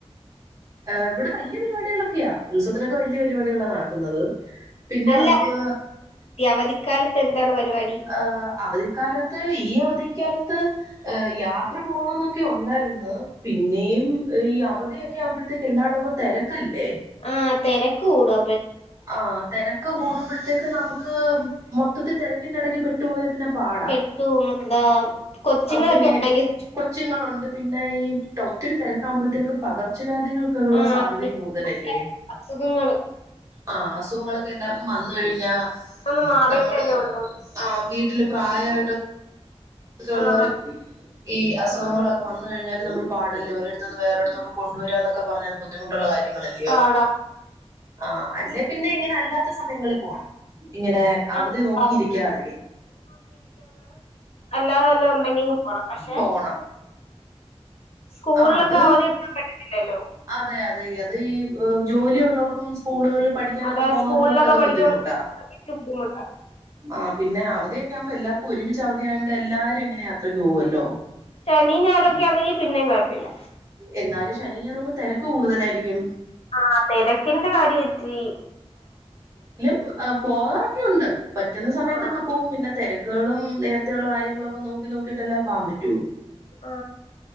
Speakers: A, on the right; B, on the left.
A: ആ ഇവിടെ വല്യ പരിപാടികളൊക്കെയാ. ഉത്സവത്തിനൊക്കെ വല്യ പരിപാടികളാ നടക്കുന്നത്. പിന്നെ
B: അല്ല
A: നമുക്ക്
B: ഈ അവധിക്കാലത്ത് എന്താണ് പരിപാടി
A: ആഹ് അവധിക്കാലത്ത് ഈ അവധി ധികാലത്ത് യാത്ര പോണോന്നൊക്കെ ഒണ്ടായിരുന്നു. പിന്നെയും ഈ അവധിയൊക്കെ ആവുമ്പോഴ ത്തേക്ക് എല്ലാടോ അങ്ങ് തെരക്കല്ലേ?
B: ആ തെരക്ക് കൂടും
A: ആ തെരക്ക് കൂടുമ്പോഴ ത്തേക്ക് നമുക്ക് മൊത്തത്തി തെരക്കിന്റെടക്ക് പെട്ട് പോയാ പിന്നെ പാടാ
B: പെട്ടുപോവും. എന്താ കൊച്ചുങ്ങളൊക്കെ
A: ആ, പിന്നെ
B: ഒണ്ടങ്കിൽ
A: കൊച്ചുങ്ങളുണ്ട് പിന്നെ ഈ തൊത്തിരി തെരക്കാകുമ്പോഴത്തേക്ക് പകർച് ചവ്യാധികൾക്കൊക്കെ ഒള്ള
B: ആ
A: സാധ്യതയും
B: ഇഷ്ടംപോലെ
A: കൂടുതലല്ലേ?
B: അസുഖങ്ങള്
A: ആ അസുഖങ്ങളൊക്കെ എല്ലാവർക്കും വന്ന് കഴിഞ്ഞാ
B: ഒന്ന് മാറിയിട്ടല്ലേ
A: നമ്മള്
B: ഉള്ളൂ
A: ആ വീ വീട്ടില് പ്രായ ആയിട്ടോ ഒക്കെയൊള്ളവര്
B: ആ
A: ഈ അസുഖങ്ങളൊക്കെ
B: ആ ആ
A: വന്ന കഴിഞ്ഞാല് നമ്മള് പാടല്ലേ. ഒരിടത്ത്ന്ന് വേറൊരിടത്തോട്ട് കൊണ്ടുവരുന്നൊക്കെ ക്ക പറഞ്ഞത് ബുദ്ധിമുട്ടുള്ള കാര്യങ്ങളല്ല്യയോ?
B: പാടാ
A: ആ അല്ലേ പിന്നെ ഇങ്ങനെ അല്ലാത്ത സമയങ്ങളിൽ പോണം. ഇങ്ങനെ അവധി
B: ആ,
A: നോക്കിയിരിക്കാതെ.
B: ആ. അല്ലാത വല്ലോ ഉണ്ടെങ്കി പോണം. പക്ഷെ
A: പോണം
B: സ്കൂളിലൊക്ക
A: ആഹ് അത്
B: അവധി എട്ക്കാൻ പറ്റത്തില്ലല്ലോ.
A: അതെ അതെ അത് ഈ ജോലി ഉള്ളോർക്കും സ്കൂളുകളി പഠിക്കാനൊക്കെ
B: അതാ
A: പോന്നവർക്കൊക്കെ
B: സ്കൂളിലൊക്കെ
A: അത്
B: പഠിക്കുന്നവർക്ക്
A: ബുദ്ധിമുട്ടാ
B: അതൊക്കെ ബുദ്ധിമുട്ടാ
A: ആ പിന്നാ അവധി ക്കെ ആവുമ്പ എല്ലാർക്കും ഒരുമിച്ച് അവധി ആയേണ്ട് എല്ലാരും ഇങ്ങനെയാ. കഴിഞ്ഞു പോവുല്ലോ
B: ശനീം ഞായറും ഒക്കെ ആണെങ്കി പിന്നേം കൊഴപ്പ ഇല്ല.
A: എന്നാലും ശനീം ഞായറും ഒക്കെ തെരക്ക് കൂടുതലായിരിക്കും.
B: ആ തെരക്കിന്റെ കാര്യം ഇത്തിരി
A: ഉം പോകാറൊക്കെ ഉണ്ട്. പറ്റുന്ന സമയത്തൊക്ക
B: ആ
A: പോവും പിന്നെ തെരക്കുകളും നേരത്തെയുള്ള കാര്യങ്ങളു ഒക്കെ നോക്കി നോക്കിട്ടല്ലെ പാവാൻ പറ്റൂ.
B: ആ